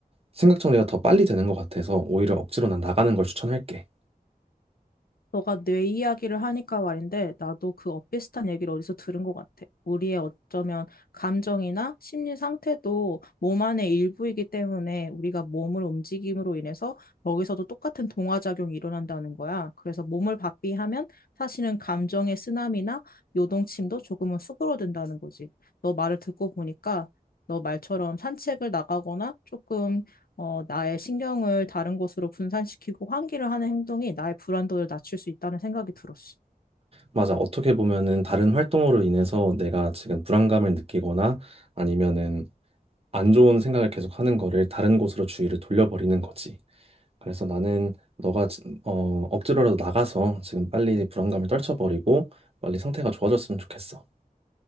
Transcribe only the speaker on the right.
생각 정리가 더 빨리 되는 것 같아서 오히려 억지로 난 나가는 걸 추천할게.
맞아. 어떻게 보면은 다른 활동으로 인해서 내가 지금 불안감을 느끼거나 아니면은 안 좋은 생각을 계속 하는 거를 다른 곳으로 주의를 돌려버리는 거지. 그래서 나는 너가 지- 어, 억지로라도 나가서 지금 빨리 불안감을 떨쳐버리고 빨리 상태가 좋아졌으면 좋겠어.